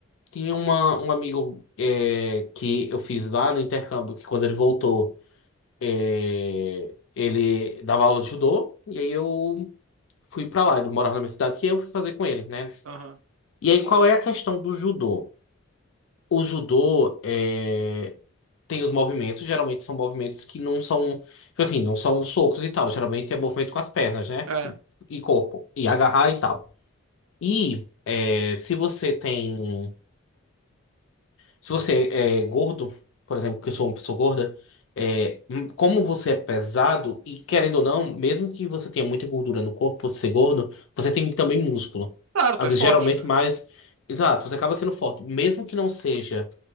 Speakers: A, on the left; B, on the right.
A: Tinha uma, um amigo é, que eu fiz lá no intercâmbio, que quando ele voltou, é, ele dava aula de judô, e aí eu fui pra lá, ele morava na minha cidade, que eu fui fazer com ele, né?
B: Aham.
A: E aí, qual é a questão do judô? O judô é, tem os movimentos, geralmente são movimentos que não são, tipo assim, não são socos e tal. Geralmente é movimento com as pernas, né?
B: É.
A: E corpo, e agarrar e tal. E é, se você tem, se você é gordo, por exemplo, que eu sou uma pessoa gorda, é, hum, como você é pesado, e querendo ou não, mesmo que você tenha muita gordura no corpo, por você ser gordo, você tem também músculo.
B: Claro,
A: Às
B: tu é
A: vezes,
B: forte,
A: geralmente
B: né?
A: mais. Exato, você acaba sendo forte, mesmo que não seja.